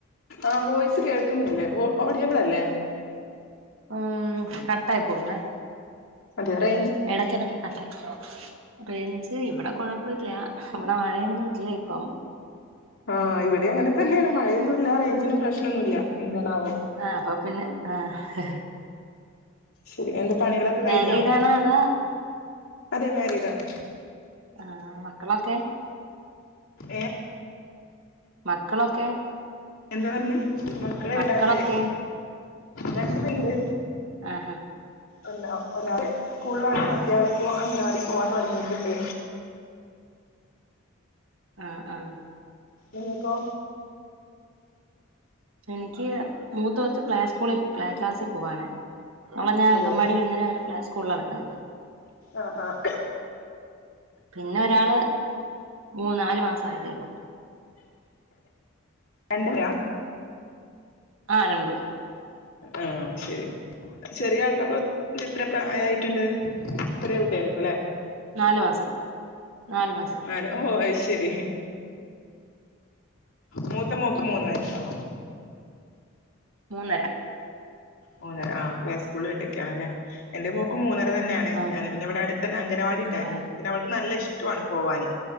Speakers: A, on the left (about 75°); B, on the right (about 75°).
A: ആ വോയിസ് കേൾക്കുന്നില്ലേ ഒ ഓഡിയബിള അല്ലേ
B: ഉം കട്ടായി പോവുന്നെ
A: അതെ റൈ
B: എടക്കെടക്ക് കട്ടായി റൈഞ്ച് ഇവടെ കൊഴപ്പല്ല ഇവടെ മഴയൊന്നും ഇല്ല ഇപ്പം
A: ആ ഇവടി അങ്ങനെ തന്നെണ് മഴയൊന്നുല്ല റൈഞ്ചിനും പ്രശ്നന്നുല്ല എന്താണാവോ
B: ആ അപ്പൊ പിന്നെ ആഹ്
A: ശരി എന്താ പണികളൊക്ക
B: മാരീഡാണോ
A: കഴിഞ്ഞോ
B: അതോ
A: അതെ മാരീഡാണ്
B: ആഹ് മക്കളൊക്കെ
A: ഏ
B: മക്കളൊക്കെ
A: എന്താ പർഞ്ഞെ മക്കള്
B: മക്കളൊക്കെ
A: രണ്ടാള്ണ്ട് രണ്ട് പേര്ണ്ട്
B: ആ ഹാ
A: ഇണ്ട് ഒരാള് സ്കൂൾലാണ് മറ്റെ ആള്പ്പൊ അംഗനവാടി പോവാൻ തൊടങ്ങീട്ട്ണ്ട്
B: ആഹ് ആഹ്
A: ഇങ്ങക്കോ
B: ഇൻക്കി മൂത്തകൊച്ച് പ്ലേ സ്കൂളിൽ പ്ലേ ക്ലാസ്സി പോവാണ് അവളെ ഞാൻ
A: അതെ
B: അങ്കൻവാടി വിടുന്നെന് പകരം പ്ലെ സ്കൂൾല വിട്ടത്
A: ആഹ് ആഹ്
B: പിന്നെ ഒരാള് മൂന്ന നാല് മാസായതേ ഒള്ളൂ
A: രണ്ട് പേരാ
B: ആ രണ്ട് പേര്
A: ആ ശരി ചെറിയ ആൾക്കപ്പൊ എത്ര പ്രയായിട്ട്ണ്ട് ചെറിയ കുട്ട്യായിരിക്കു ലെ
B: നാല് മാസം നാല് മാസം
A: നാല് ഓ അയ്‌ ശരി മൂത്തമോക്ക് മൂന്ന് വയസോ
B: മൂന്നര
A: മൂന്നര ആ പ്ലേ സ്കൂൾല് വിട്ടേക്കാണല്ലേ എന്റെ മോക്കും മൂന്നര തന്നെണ്
B: ആ
A: ഞാന് പിന്നെ ഇവടെ അട്ത്തന്നെ അംഗനവാടി ഇണ്ടായിരുന്നു
B: ആ
A: പിന്നെ അവൾക്കും. നല്ല ഇഷ് റ്റു ആണ് പോവാന്